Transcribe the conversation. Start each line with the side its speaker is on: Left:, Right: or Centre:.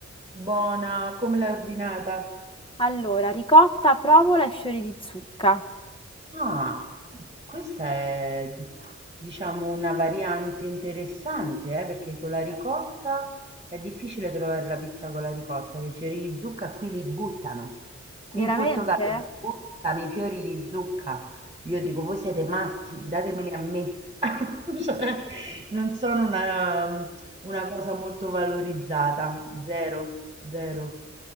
Right: Buona, come l'hai ordinata?
Left: Allora, ricotta, provola e fiori di zucca.
Right: Ah, questa è diciamo una variante interessante, eh, perché con la ricotta è difficile trovare la pizza con la ricotta, che i fiori di zucca qui li buttano. Qui
Left: Veramente?
Right: in Portogallo buttano i fiori di zucca. Io dico, voi siete matti, datemeli a me. <laughs> Cioè, non sono una, una cosa molto valorizzata, zero, zero.